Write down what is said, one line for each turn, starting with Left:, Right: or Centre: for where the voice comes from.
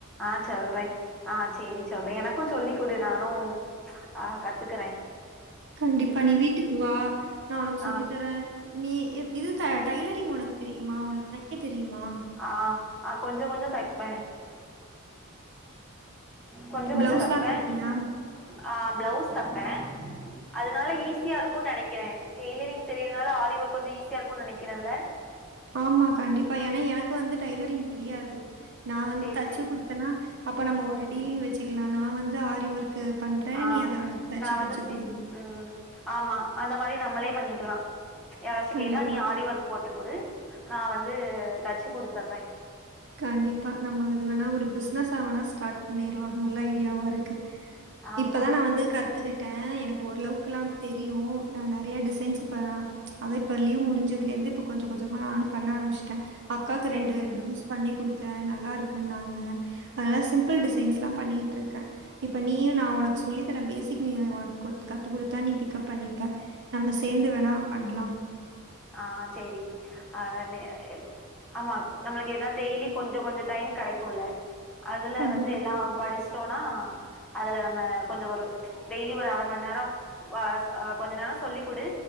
Centre: ஆ சொல்றே ஆ சேரி சொல்றே எனக்கு சொல்லி குடு நானு ஆ கத்துக்குறே
Right: கண்டிப்பா நீ வீட்டுக்கு வா நா ஒனக் சொல்லி
Centre: ஆ
Right: தரே நீ இ இது ட பிரான்சு டைலரிங் ஒனக்கு தெரியுமா ஒனக்கு தைக்க தெரியுமா
Centre: ஆ அ கொஞ்சோ கொஞ்சோ தப்பே கொஞ்ச
Right: பிளவுஸ்லாம்
Centre: கொஞ்ச தப்பே
Right: தைப்பியா
Centre: ஆ ப்ளொஸ் தப்பே அதனால ஈஸியா இருக்கு நெனைக்கிறே டெய்லரிங் தெரியதுனால ஆரி ஒர்க் கொஞ்சோ ஈஸியா இருக்கு நெனைக்கிறேல
Right: ஆமா கண்டிப்பா ஏனா எனக்கு வந்து டைலரிங் தெரியாது நா வந்து
Centre: சேரி
Right: தச்சு
Centre: சேரி
Right: குடுத்தனா அப்போ நம்ம ஒரு டீலிங் வச்சுக்கலா நா வந்து ஆரி ஒர்க்கு பண்றே
Centre: ஆ
Right: நீ அத வந் தச்சு
Centre: நா வந்து
Right: தச்சு
Centre: ஸ்டிச்
Right: குடு
Centre: ம் ஆமா அந்த மாரி நம்மளே பண்ணிக்கலா யாராச்சு
Right: கண்டிப்பா
Centre: கேட்டா நீ ஆரி ஒர்க் போட்டு குடு நா வந்து தச்சு குடுத்தர்றே
Right: கண்டிப்பா நம்ம அது வேணா ஒரு பிஸ்னஸா வேணா ஸ்டார்ட் பண்ணிர்லா நல்ல ஐடியாவா இருக்கு
Centre: ஆமா
Right: இப்பதா நா வந்து கத் கத்துக்கிட்டே எனக்கு ஓரளவுக்குல்லா தெரியு நா நெறைய டிசைன்ஸ் இப்ப அதா இப்ப லீவ் முடிஞ்சதலேந்து இப்ப கொஞ்சோ கொஞ்சமா நானும் பண்ண ஆரமிச்ட்டே அக்காக்கு
Centre: சேரி
Right: ரெண்டு
Centre: சேரி
Right: பிளவுஸ் பண்ணி் குடுத்தே நல்லாருக்குன்னாங்க அதனால சிம்ப்பிள் டிசைன்ஸ்லாம் பண்ணிட்ருக்கே இப்ப நீயு நா ஒனக் சொல்லி தரேம் பேசிக் நீ வ ஒனக் ஒத் கத்து குடுத்தா நீ பிக்கப் பண்ணிட்ட நம்ம சேந்து
Centre: ம்
Right: வேணா பண்லா
Centre: ஆ சேரி ஆ நே எப் ஆமா நம்மளுக்கு எதா டெய்லி கொஞ்சோ கொஞ்சோ டைம் கெடைக்குல்ல அதுல
Right: கண்டிப்பா,
Centre: வந்து எல்லா படிச்ட்டோனா அதுல நம்ம கொஞ்சோ ஒரு டெய்லி ஒரு அர மண் நேரோ வாச் அ கொஞ்ச நேரோ சொல்லிக்குடு